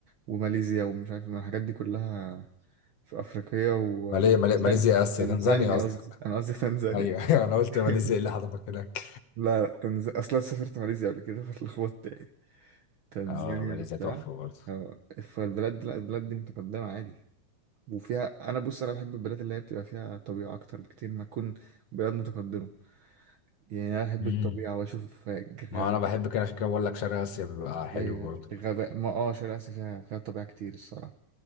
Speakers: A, on the right; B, on the left.
A: وماليزيا ومش عارف من الحاجات دي كلها في أفريقيا و
B: مالي مالي ماليزيا اسيا
A: يعني
B: تنزانيا
A: زانية
B: قصدك
A: قصدي أنا قصدي تنزانيا
B: ايوه <laughs> أيوة، انا قلت
A: <laughs>
B: ماليزيا ايه اللي حضرتك هناك
A: لا لا تنز... اصلا سافرت ماليزيا قبل كده فاتلخبطت يعني تنزانيا
B: اه ماليزيا
A: وبتاع
B: تحفه برضه
A: اه فالبلاد دي- لا البلاد دي متقدمة عادي وفيها انا بص انا بحب البلاد اللي هي بتبقى فيها طبيعة اكتر بكتير ما تكون بلاد متقدمة يعني انا احب
B: امم
A: الطبيعة واشوف
B: ما
A: غابات
B: انا بحب كده عشان كده بقول لك شرق اسيا بيبقى حلو
A: ايوه
B: برضه
A: غابات ما اه شرق اسيا فيها فيها طبيعة كتير الصراحة